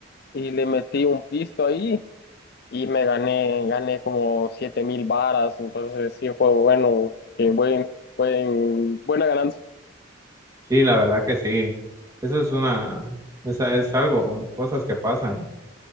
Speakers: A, on the left; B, on the right.
A: y le metí un pisto ahí y me gané, gané como siete mil varas, entonces sí fue bueno, eh, buen, buen, buena ganancia.
B: Sí, la verdad que sí. Eso es una, esa es algo, cosas que pasan,